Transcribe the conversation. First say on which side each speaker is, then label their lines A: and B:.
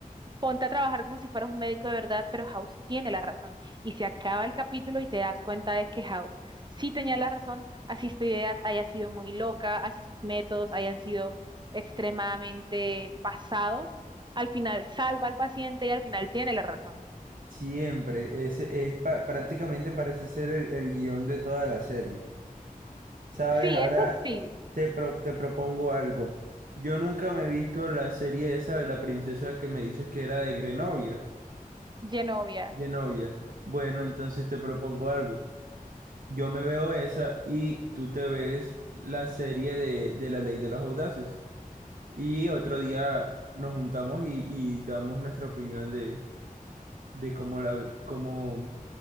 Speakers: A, on the right (about 30°); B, on the right (about 70°).
A: ponte a trabajar como si fueras un médico de verdad, pero House tiene la razón. Y se acaba el capítulo y te das cuenta de que House sí tenía la razón, así sus ideas haya sido muy loca, así sus métodos hayan sido extremadamente pasados, al final salva al paciente y al final tiene la razón.
B: Siempre, ese es pa- prácticamente parece ser el, el guión de toda la serie. Sabes,
A: Sí,
B: ahora
A: eso sí,
B: te, pro- te propongo algo. Yo nunca me he visto la serie esa de la princesa que me dices que era de Grenovia,
A: Genovia.
B: Genovia. Bueno, entonces te propongo algo. Yo me veo esa y tú te ves la serie de, de La Ley de los Audaces. Y otro día nos juntamos y, y damos nuestra opinión de, de cómo la, cómo,